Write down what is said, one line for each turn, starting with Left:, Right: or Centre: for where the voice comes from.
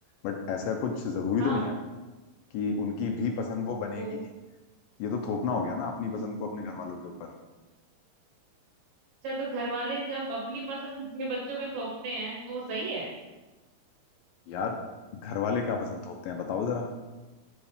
Left: बट ऐसा कुछ जरूरी
Right: हाँ
Left: तो नहीं है ना कि उनकी भी पसंद वो बनेगी
Right: तो
Left: ही ये तो थोपना हो गया ना अपनी पसंद को अपने घर वालों के ऊपर
Right: अच्छा तो घर वाले जब अपनी पसंद अपने बच्चों पे थोपते हैं तो वो सही है
Left: यार घर वाले क्या पसंद थोपते हैं बताओ जरा